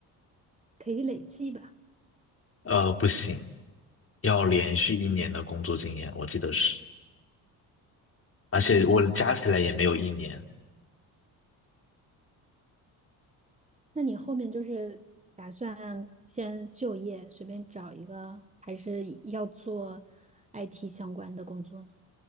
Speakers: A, on the right; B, on the left.
A: 可以累计吧？
B: 呃，不行，要连续一年的工作经验，我记得是，而且我加起来也没有一年
A: 哦，那你后面就是打算先就业，随便找一个，还是要做 IT 相关的工作呢？